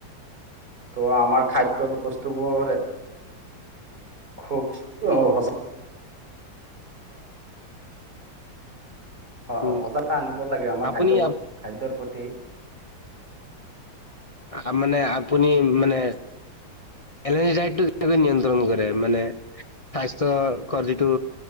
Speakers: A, on the right (about 25°); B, on the left (about 60°).
A: ত' আমাৰ খাদ্য ব বস্তুবোৰে খুব উ হজ হয়।
B: উম
A: অ' সজাগতা আনিব লাগে আমাৰ
B: আপুনি
A: খাদ্য খাদ্যয়ৰ প্ৰতি।
B: তাৰমানে আপুনি মানে <unintelligible> কেনেকৈ নিয়ন্ত্ৰণ কৰে মানে স্বাস্থ্যকৰ যিটো